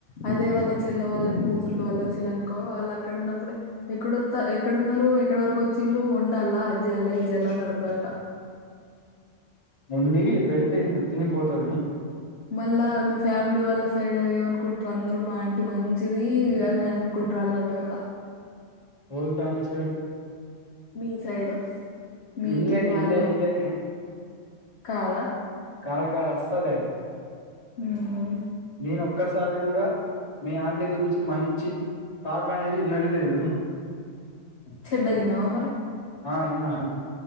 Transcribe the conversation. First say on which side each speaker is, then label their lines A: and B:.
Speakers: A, on the left; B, on the left.
A: అదే వాళ్ళ చెల్ల వాళ్ళ కూతుర్లు వాళ్ళ చెల్ల అనుకో వాళ్ళు అక్కడ ఉన్నప్పుడే ఎక్కడొత ఎక్కడున్నారు ఎక్కడ వరకు వచ్చిళ్ళు వండల్ అజ్జెయ్యాల ఇజ్ జెయ్యాల అని అడుగుతాదట
B: వండి పెడితే ఇంత తిని పోతారు
A: మళ్ళా మీ ఫ్యామిలీ వాళ్ళ సైడ్ ఏమ అనుకుంటారు అందరు మా ఆంటి మంచిది అనీ అ కుకుంట్రాళ్ళట కదా
B: వోల్ ఫ్యామిలీ సైడ్
A: మీ సైడు మీ
B: ఇల్లే
A: పిన్ని వాళ్ళు
B: ఇల్లే ఇల్లే
A: కాదా
B: కాదు కాదు అసలే
A: ఉం
B: నేను ఒక్కసారి కూడా మీ ఆంటీ గురించి మంచి టాక్ అనేది విన్నది లేదు
A: చెడ్డగా విన్నావా మరి
B: ఆ ఇన్న